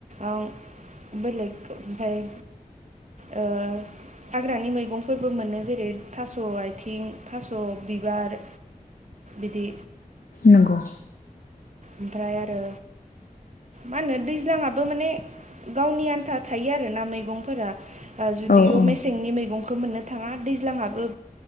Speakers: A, on the right (about 50°); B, on the left (about 80°).
A: ओ बेलेग ओमफाय ओ हाग्रानि मैगंफोरबो मोनो जेरै थास' आयथिं थास' बिबार बिदि।
B: नंगौ
A: ओमफ्राय आरो मा होनो दैज्लाङाबो माने गावनि आन्था थायो आरोना मैगंफोरा। ओ जुदिअ
B: औ औ
A: मेसेंनि मैंगं खौ मोननो थाङा दैज्लांआबो